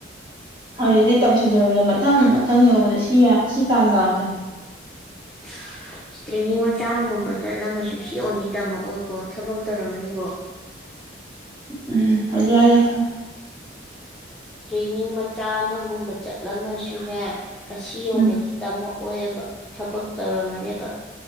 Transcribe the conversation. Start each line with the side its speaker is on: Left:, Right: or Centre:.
Right: ꯍꯧꯖꯤꯛꯇꯤ ꯇꯝꯁꯤꯜꯂꯨꯔꯗ ꯃꯊꯪ ꯃꯊꯪ ꯌꯧꯕꯗ ꯁꯤ ꯁꯤ ꯇꯥꯟ ꯂꯥꯛꯄꯅꯦ
Centre: <unintelligible> ꯇ꯭ꯔꯦꯅꯤꯡ ꯃꯆꯥ ꯑꯝꯒꯨꯝꯕ ꯆꯠꯂꯝꯃꯁꯨ ꯁꯤ ꯌꯧꯅꯗꯤ ꯇꯝꯃꯛꯑꯣꯏꯀꯣ ꯊꯕꯛ ꯇꯧꯔꯝꯃꯅꯤꯀꯣ
Right: ꯎꯝ ꯍꯧꯖꯤꯛ ꯋꯥꯏꯗ ꯈꯪꯉꯦ
Centre: ꯇ꯭ꯔꯦꯅꯤꯡ ꯃꯆꯥ ꯑꯃꯒꯨꯝꯕ ꯆꯠꯂꯝꯃꯁꯨꯅꯦ ꯑꯁꯤ ꯌꯧꯅꯗꯤ
Right: ꯎꯝ
Centre: ꯇꯝꯃꯛ ꯑꯣꯏꯌꯦꯕ ꯊꯕꯛ ꯇꯧꯔꯝꯃꯅꯦꯕ